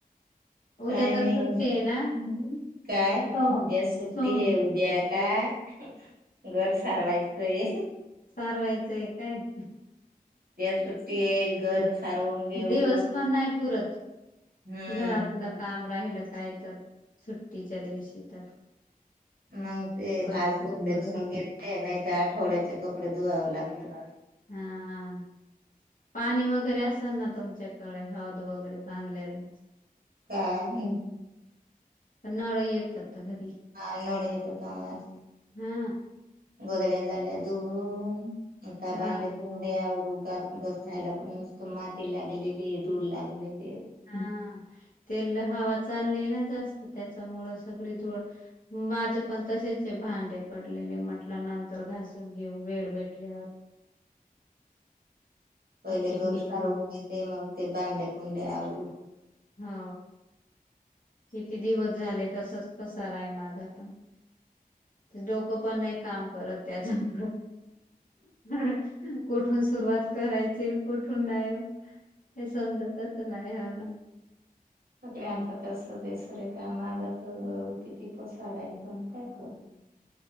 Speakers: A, on the left; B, on the right.
A: उद्या
B: काय
A: तर
B: नाही
A: सुट्टी आहे ना
B: काय
A: हो.
B: उद्या सुट्टी
A: सो
B: आहे उद्या काय घर सारवायचंय.
A: सारवायचंय काय.
B: उद्या सुट्टी आहे घर सारवून घेऊ
A: दिवस पण नाही पुरत.
B: हम्म
A: घरातलं काम राहिलं काय तर सुुट्टीच्या दिवशी तर
B: मग ते
A: कर
B: आज कपडे
A: कर
B: धुऊन घेते नाही त आठवड्या चे कपडे धुवावं लागतात.
A: हा पाणी वगैरे असल ना तुमच्या कडे हौद वगैरे बांधलेली
B: <unintelligible>
A: पण नळं येतात घरी
B: हा नड येतो तवाच
A: हा
B: गोधड्या झाल्या धुवून आता
A: हा
B: भांडीकुंडी आवरू घसायला पण नुसत माती लागलेली धूळ लागलेली
A: हा तेल हवा चालीय ना जास्त त्याच्यामुळं सगळी धूळ माझ पण तसेच आहे भांडे पडलेले म्हटलं नंतर घासून घेऊ वेळ भेटल्यावर
B: पहिल
A: किती
B: घर
A: दिवस
B: सारवून घेते मग ते भांडे कुंडे आवरू
A: हो किती दिवस झाले तसच पसारा आहे माझा आता ते डोकं पण नाही काम करत त्याच्या मूळ <unintelligible> कुठून सुरुवात करायची न कुठून नाही हे समजतच नाही ह <inaudible>
B: सगळ्यांच तस बेसूर आहे कामा गत अ किती पसारा आहे पण काय करू